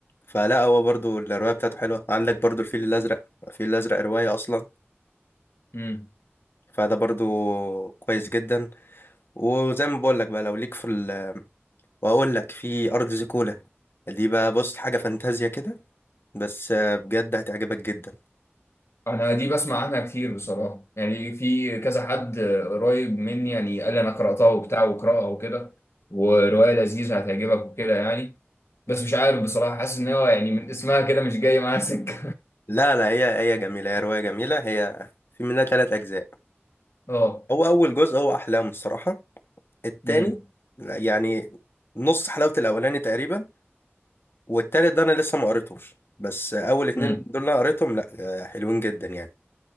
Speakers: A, on the left (about 60°); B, on the left (about 75°).
A: فلا هو برضو الرواية بتاعته حلوة عندك برضو الفيل الأزرق الفيل الأزرق رواية أصلا
B: امم
A: فده برضو كويس جدا وزي ما بقول لك بقى لو ليك في ال وهقول لك في ارض زيكولا دي بقى بص حاجه فانتازيا كده بس آه، بجد هتعجبك جدا
B: انا دي بسمع عنها كتير بصراحه يعني في كذا حد قريب مني يعني قال لي انا قراتها وبتاع وقراها وكده وروايه لذيذه هتعجبك وكده يعني بس مش عارف بصراحه حاسس ان هو يعني من اسمها كده مش جاي معاها سكه
A: لا لا هي هي جميله هي روايه جميله هي في منها ثلاث اجزاء
B: <laughs> اه
A: هو اول جزء هو احلام الصراحه التاني
B: امم
A: لا، يعني نص حلاوه الاولاني تقريبا والتالت ده انا لسه ما قريتوش بس آه، اول اتنين
B: امم
A: دول انا قريتهم لا آه، حلوين جدا يعني